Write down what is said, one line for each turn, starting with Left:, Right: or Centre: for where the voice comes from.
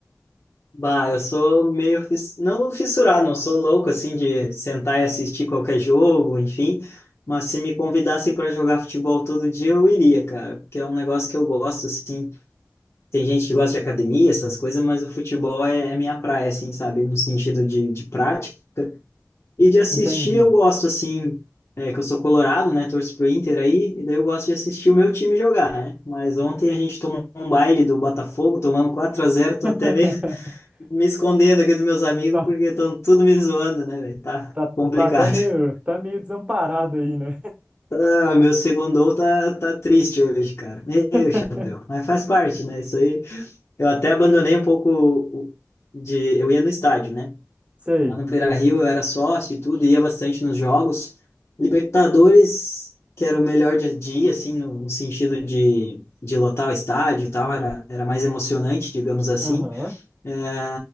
Left: Bah, eu sou meio, fiss... não fissurado, não sou louco, assim, de sentar e assistir qualquer jogo, enfim. Mas se me convidassem para jogar futebol todo dia, eu iria, cara, porque é um negócio que eu gosto, assim. Tem gente que gosta de academia, essas coisas, mas o futebol é, é minha praia, assim, sabe? No sentido de, de prática. E de assistir
Right: Entendi.
Left: eu gosto, assim, é, que eu sou colorado, né? Torço pro Inter aí, e daí eu gosto de assistir o meu time jogar, né? Mas ontem a gente tomou um baile do Botafogo, tomamos quatro a zero
Right: <laughs>
Left: tô até meio <laughs> me escondendo aqui dos meus amigos,
Right: Tá,
Left: porque estão tudo me zoando, né, velho? Tá
Right: tá,
Left: complicado.
Right: tá até meio,
Left: <laughs>
Right: tá meio desamparado aí, né?
Left: Ah, meu segundo gol tá, tá triste hoje, cara. Meu
Right: <laughs>
Left: chapéu. Mas faz parte, né? Isso aí. Eu até abandonei um pouco o- de... Eu ia no estádio, né?
Right: Sei.
Left: Lá no Beira-Rio eu era sócio e tudo, ia bastante nos jogos. Libertadores, que era o melhor dia a dia, assim, no, no sentido de, de lotar o estádio e tal, era, era mais emocionante, digamos assim.
Right: Aham.
Left: É,